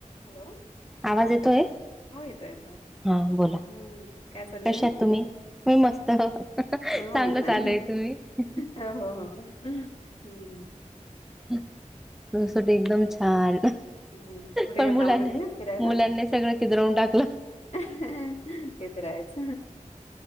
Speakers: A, on the left; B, in the centre.
A: हॅलो
B: आवाज येतोय
A: हो येतो येतं
B: हा बोला
A: हम्म काय चालू
B: कशा
A: हे
B: आहात तुम्ही मी मस्त चांगलं
A: <unintelligible> ह मी पण
B: चालू आहे तुम्ही
A: होहो हो हम्
B: <unintelligible> एकदम छान
A: हम् कुठे
B: पण मुलांनी
A: जाऊन आलेला फिरायला
B: मुलांनी सगळं किदरवून टाकलं
A: ते तर आहेच